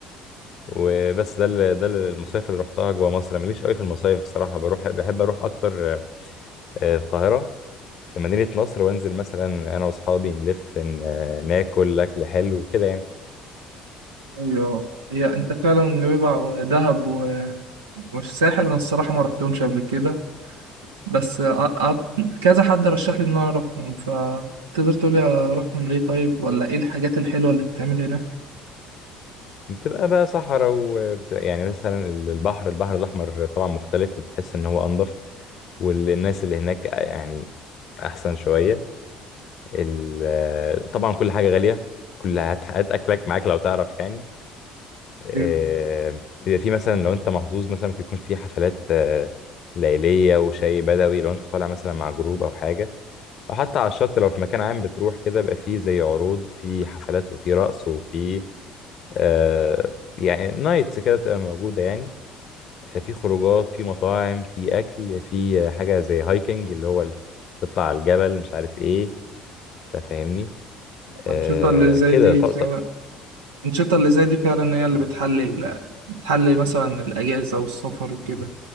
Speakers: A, on the left; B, on the right.
A: وبس ده ال... ده المصايف اللي رحتها جوا مصر أنا ماليش قوي في المصايف بصراحة بروح بحب أروح أكتر آه، القاهرة في مدينة نصر وأنزل مثلا أنا وأصحابي نلف ن... آه، ناكل أكل حلو كده يعني
B: ايوه هي انت فعلا نويبع ودهب و- والساحل انا الصراحه ما رحتهمش قبل كده بس أ- أ- كذا حد رشح لي ان انا اروحهم فتقدر تقولي اروحهم ليه طيب ولا ايه الحاجات الحلوه اللي بتتعمل هناك
A: بتبقى بقى صحراء وبتبقى يعني مثلا البحر البحر الأحمر طبعا مختلف وبتحس إن هو أنضف والناس اللي هناك يعني احسن شويه ال- طبعا كل حاجه غاليه كل هات هات اكلك معاك لو تعرف يعني آه،
B: طيب،
A: بيبقى في مثلا لو انت محظوظ مثلا ممكن يكون في حفلات آه، ليليه وشاي بدوي لو انت طالع مثلا مع جروب او حاجه او حتى على الشط لو في مكان عام بتروح كده بيبقى فيه زي عروض في حفلات وفي رقص وفي آه، يعني نايتس كده تبقى موجوده يعني في خروجات في مطاعم في اكل في حاجه زي هايكنج اللي هو ال- تطلع على الجبل مش عارف ايه انت فاهمني
B: الانشطه
A: آه
B: اللي زي
A: كده
B: دي
A: ط-
B: فعلا
A: ط-
B: الانشطه اللي زي دي فعلا هي اللي بتحلي ال- بتحلي مثلا الاجازه والسفر وكده